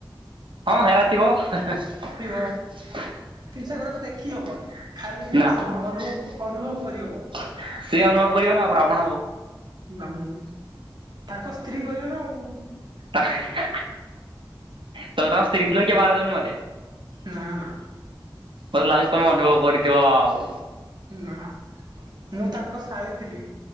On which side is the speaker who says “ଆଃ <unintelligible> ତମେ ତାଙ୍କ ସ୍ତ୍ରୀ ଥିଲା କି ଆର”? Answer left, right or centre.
Right